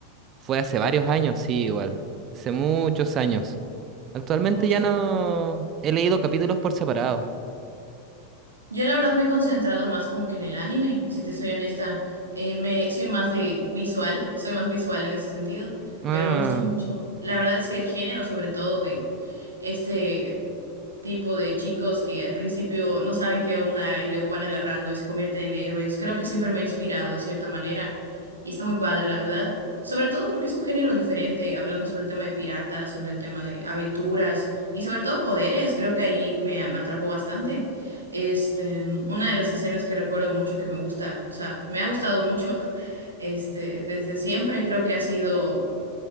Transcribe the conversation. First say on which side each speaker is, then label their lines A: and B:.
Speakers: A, on the right (about 30°); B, on the right (about 75°).
A: Fue hace varios años, sí, igual. Hace muchos años. Actualmente
B: muchos.
A: ya no he leído capítulos por separado.
B: Yo la verdad me he concentrado más como que en el anime, si te soy honesta, eh, me soy más de visual, soy más visual en ese sentido,
A: Ah,
B: pero me gusta mucho. La verdad es que el género, sobre todo de este tipo de chicos que al principio no saben qué onda y luego van agarrando y se convierten en héroes. Creo que siempre me ha inspirado de cierta manera y está muy padre, la verdad. Sobre todo porque es un género diferente, hablando sobre el tema de piratas, sobre el tema de aventuras y sobre todo poderes, creo que ahí me, me atrapó bastante. Este, una de las escenas que recuerdo mucho que me gusta, o sea, me ha gustado mucho, <laughs> este, desde siempre creo que ha sido